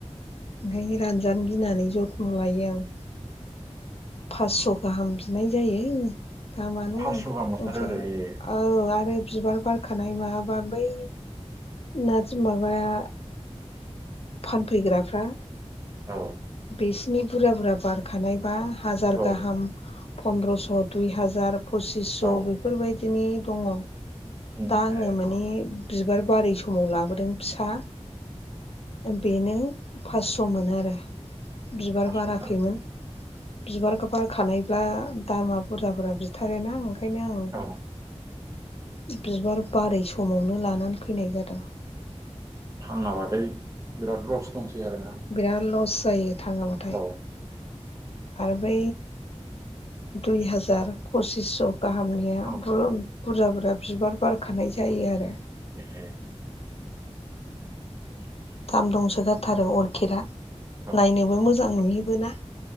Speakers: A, on the left (about 60°); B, on the right (about 25°).
A: ओंखायनो रानजानो गिनानै जथ्न' लायो आं फास्स' गाहाम बिनाय जायो। दामानो
B: फासस' गाहाम हरथारो
A: फांसेयाव
B: आरो ए
A: औ आरो बिबार बारखानाय माबा बै नार्जि माबाया फानफैग्राफ्रा
B: औ
A: बिसिनि बुरजा बुरजा बारखानायबा हाजार
B: औ
A: गाहाम पन्दद्रस' दुइ हाजार पसिसस'
B: औ
A: बेफोरबायदिनि दङ।
B: उम
A: दा आङो
B: ए
A: माने बिबार बारै समाव लाबोदों फिसा बेनो फासस' मोनो आरो बिबार
B: फास्स'
A: बाराखैमोन
B: होथारो
A: बिबार बारखानायब्ला दामा बुरजाफोरा बि बथारोना ओंखायनो आं
B: औ
A: बिबार बारै समावनो लानानै फैनाय जादों।
B: थाङाबाथाय बिराद लस दंसै आरोना
A: बिराद लस जायो थाङाबाथाय
B: औ।
A: आरो बै दुइ हाजार फसिसस' गाहामनिया
B: औ
A: बुरजा बुरजा बिबार बारखानाय जायो आरो
B: एह उम
A: दाम दंसोगारथारो अरखिदा
B: औ
A: नायनोबो मोजां नुयोबो ना।